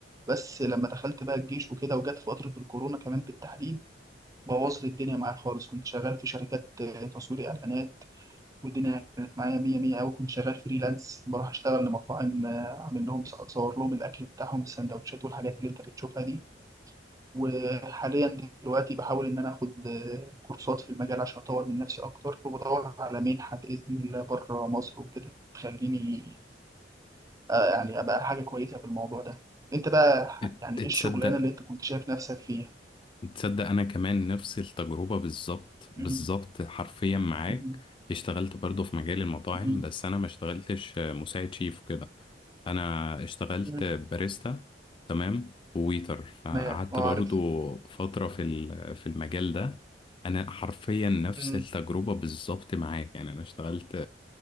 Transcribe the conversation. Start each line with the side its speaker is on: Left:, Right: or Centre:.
Right: بس لما دخلت بقى الجيش وكده وجت فترة الكورونا كمان بالتحديد بوظت الدنيا معايا خالص كنت شغال في شركات آه، تصوير إعلانات والدنيا كانت معايا مية مية أوي كنت شغال فريلانس بروح أشتغل لمطاعم آه، أعمل لهم أصور لهم الأكل بتاعهم السندوتشات والحاجات اللي أنت بتشوفها دي وحاليا دلوقتي بحاول إن أنا آخد آه، كورسات في المجال عشان أطور من نفسي أكتر وبدور على منحة بإذن الله بره مصر وكده تخليني آه، يعني ابقى حاجه كويسه في الموضوع ده انت بقى
Left: ات-
Right: يعني
Left: تصدق
Right: ايه الشغلانه اللي انت كنت شايف نفسك فيها
Left: تصدق انا كمان نفس التجربة بالظبط بالظبط
Right: مم.
Left: حرفيا معاك
Right: مم.
Left: اشتغلت برضو في مجال المطاعم
Right: مم.
Left: بس انا ما اشتغلتش مساعد شيف كده انا اشتغلت
Right: مم.
Left: باريستا تمام وويتر فقعدت
Right: ما ما
Left: برضو
Right: اعرف
Left: فترة في ال- في المجال ده انا حرفيا نفس
Right: مم.
Left: التجربة بالظبط معاك يعني انا اشتغلت